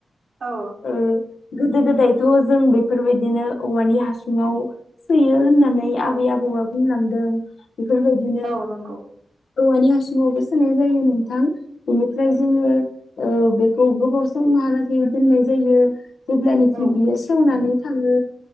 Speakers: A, on the right; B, on the left.
A: औ
B: ओ गोदो गोदायथ' जों बेफोरबायदिनो औवानि हासुङाव सोयो होननानै नै
A: औ
B: आबै आबौआ बुंलांदों। बेफोरबायदिनो
A: औ नंगौ
B: औवानि हासुंङावबो सोनाय जायो नोंथां बेनिफ्राय जोङो ओ बेख गोबाव समहालागै दोननाय जायो जेब्लानोखि
A: औ
B: बियो सेवनानै थाङो